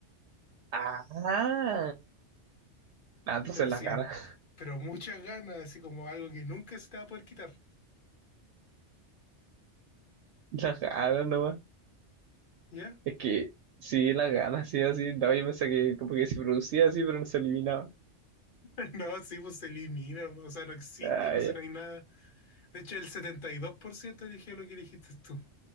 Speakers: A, on the right; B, on the left.
A: Ah, ah, entonces
B: Pero así,
A: las ganas,
B: pero muchas ganas, así como algo que nunca se te va a poder quitar,
A: <laughs> las ganas nomás.
B: ¿ya?
A: Es que sí, las ganas, sí, así. No, yo pensé que como que se producía así, pero no se eliminaba.
B: <laughs> No, sí, pues se elimina, pues, o sea, no existe,
A: Ah,
B: pues
A: ya.
B: si no hay nada. De hecho, el 72% eligió lo que dijiste tú.